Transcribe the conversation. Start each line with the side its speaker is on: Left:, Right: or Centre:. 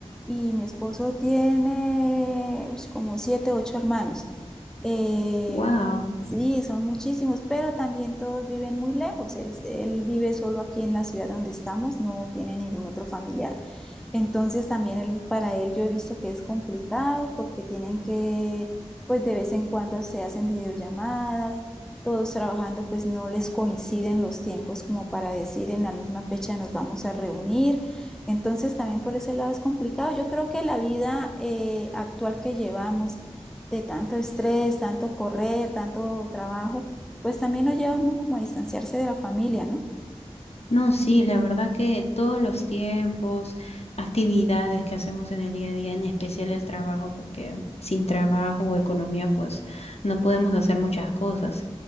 Centre: y mi esposo tiene uy, como siete, ocho hermanos. Eh,
Left: ¡Wow!
Centre: Sí, son muchísimos, pero también todos viven muy lejos. Él, él vive solo aquí en la ciudad donde estamos, no tiene ningún otro familiar. Entonces también él- para él yo he visto que es complicado porque tienen que, pues de vez en cuando se hacen videollamadas, todos trabajando, pues no les coinciden los tiempos como para decir en la misma fecha nos vamos a reunir. Entonces también por ese lado es complicado. Yo creo que la vida eh, actual que llevamos, de tanto estrés, tanto correr, tanto trabajo, pues también nos lleva uno como a distanciarse de la familia, ¿no?
Left: No, sí, la verdad que todos los tiempos, actividades que hacemos en el día a día, en especial el trabajo, porque sin trabajo o economía, pues no podemos hacer muchas cosas.